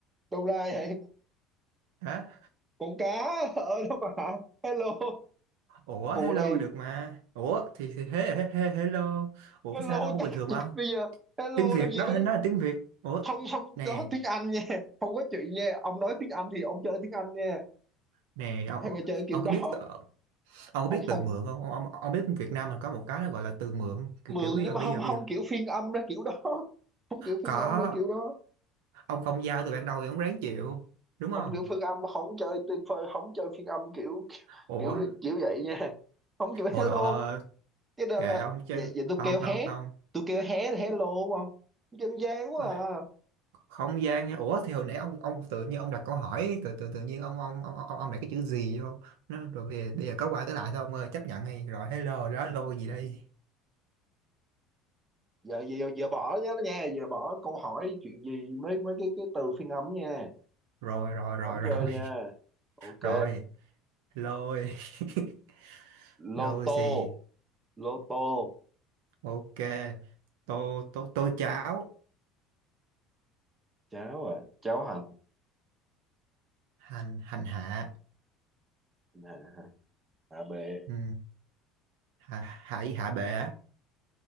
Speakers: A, on the right; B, on the right.
A: đâu ra vậy
B: hả
A: con cá ở đó mà hello
B: ủa
A: phù
B: hello
A: đi
B: được mà ủa thì thì he, he, he, hello ủa
A: hello
B: sao đâu
A: tát
B: bình thường
A: chết
B: ông
A: bây giờ hello
B: tiếng Việt
A: làm gì
B: đó
A: có
B: nó là tiếng Việt ủa
A: không
B: nè
A: có tiếng Anh nha không có chuyện nha ông nói tiếng Anh thì ông chơi tiếng Anh nha
B: nè ông
A: ai mà chơi kiểu
B: ông
A: đó
B: có biết ông có
A: không
B: biết từ
A: không
B: mượn không ông, ông, ông biết Việt Nam mình có một cái nó gọi là từ mượn kiểu
A: mượn
B: kiểu bây
A: nhưng
B: giờ
A: mà
B: bây
A: không
B: giờ bây
A: không
B: giờ
A: kiểu phiên âm ra kiểu đó không kiểu phiên
B: có
A: âm ra kiểu đó
B: ông không giao từ ban đầu thì ông ráng chịu đúng
A: ông
B: không
A: kiểu phiên âm không chơi tuyệt vời không chơi phiên âm kiểu
B: ủa
A: kiểu kiểu vậy nha không kiểu
B: hồi
A: hello
B: ờ,
A: cái đó
B: kệ
A: là
B: ông chứ
A: vậy, vậy
B: không
A: tôi kêu
B: không
A: hé
B: không
A: tôi kêu hé là hello đúng không dân gian quá
B: À,
A: à
B: không gian nha ủa thì hồi nãy ông ông tự nhiên ông đặt câu hỏi tự tự tự nhiên ông ông ông ông, ông đặt cái chữ gì vô nó rồi bây giờ, bây giờ có qua tới lại thôi ông ơi chấp nhận đi rồi hello đó lô gì đây
A: giờ giờ giờ bỏ nhá nha giờ bỏ câu hỏi chuyện gì mấy mấy cái cái từ phiên âm nha
B: rồi rồi rồi
A: không
B: rồi
A: chơi
B: <laughs>
A: nha ok
B: rồi lôi <laughs>
A: lô
B: lôi
A: tô
B: gì
A: lô tô
B: ok tô tô tô cháo
A: cháo à cháo hành
B: hành hành hạ
A: à, à bệ
B: ừ. hạ hải hạ bệ á